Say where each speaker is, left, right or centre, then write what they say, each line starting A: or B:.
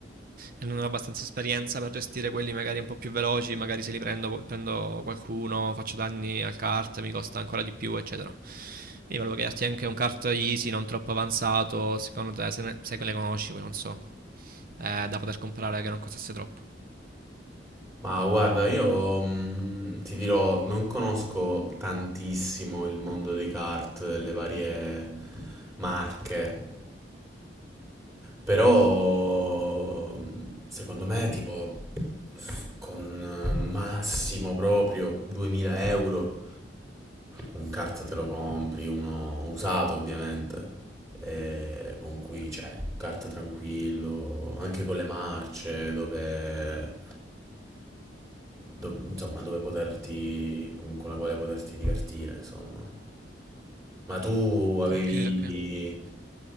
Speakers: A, on the right; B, on the right.
A: e non ho abbastanza esperienza per gestire quelli magari un po' più veloci, magari se li prendo, prendo qualcuno, faccio danni al kart, mi costa ancora di più, eccetera. Quindi volevo chiederti anche un kart easy, non troppo avanzato, secondo te, se, ne, se le conosci, poi non so, eh, da poter comprare che non costasse troppo.
B: Ma guarda, io mm, ti dirò, non conosco tantissimo il mondo dei kart, le varie marche, però secondo me tipo con massimo proprio 2000 euro un kart te lo compri, uno usato ovviamente, e con cui
A: Ok,
B: c'è un kart tranquillo, anche con le marce, dove, do- insomma, dove poterti, con, con la quale poterti divertire, insomma. Ma tu avevi...
A: ok, ok.